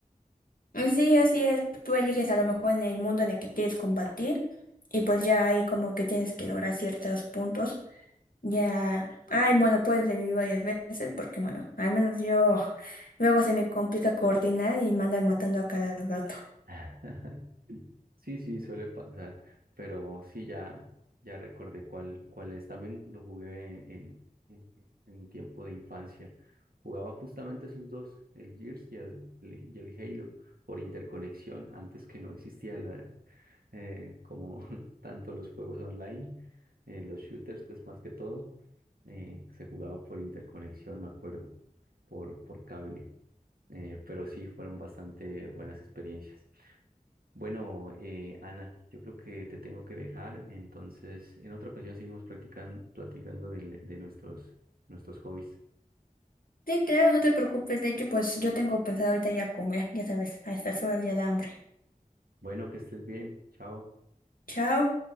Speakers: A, on the left; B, on the right.
A: Mm, Sí, así es. Tú eliges a lo mejor en el mundo en el que quieres combatir y pues ya ahí como que tienes que lograr ciertos puntos. Ya, ay, bueno, puedes revivir varias veces porque bueno, al menos yo <laughs> luego se me complica coordinar y me andan matando a cada rato.
B: <laughs> Sí, sí, suele pasar, pero sí, ya, ya recordé cuál, cuál es. También lo jugué en, en, en mi tiempo de infancia. Jugaba justamente esos dos, el Gears y el, y el Halo, por interconexión, antes que no existía la, eh, como <laughs> tanto los juegos online, eh, los shooters, pues más que todo, eh, se jugaba por interconexión, me acuerdo, por, por cable. Eh, pero sí, fueron bastante buenas experiencias. Bueno, eh, Ana, yo creo que te tengo que dejar, entonces en otra ocasión seguimos practicando, platicando del- de, nuestros, nuestros hobbies.
A: Sí, claro, no te preocupes. De hecho, pues yo tengo pensado ahorita ya comer, ya sabes, a estas horas ya da hambre.
B: Bueno, que estés bien, chao.
A: Chao.